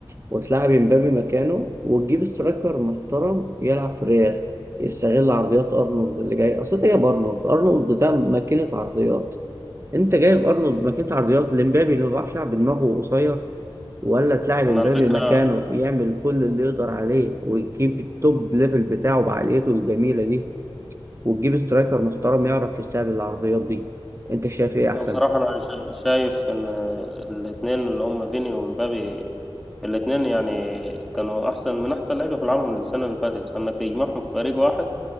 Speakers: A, on the right (about 30°); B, in the centre.
A: وتلاعب امبابي مكانه وتجيب سترايكر محترم يلعب في الريال يستغل عرضيات ارنولد اللي جاي اصل انت جايب ارنولد ارنولد ده ماكينة عرضيات انت جايب ارنولد ماكينة عرضيات لامبابي اللي ما بيعرفش يلعب بدماغه قصير ولا تلاعب
B: أنا
A: امبابي
B: الفكرة
A: مكانه يعمل كل اللي يقدر عليه ويجيب التوب ليفل بتاعه بعقليته الجميلة دي وتجيب سترايكر محترم يعرف يستقبل العرضيات دي انت شايف ايه احسن
B: آه، بصراحة أنا شا- شايف إن آه، الاتنين اللي هم فيني ومبابي الاتنين يعني كانوا أحسن من أحسن لعيبة في العالم السنة اللي فاتت فإنك تجمعهم في فريق واحد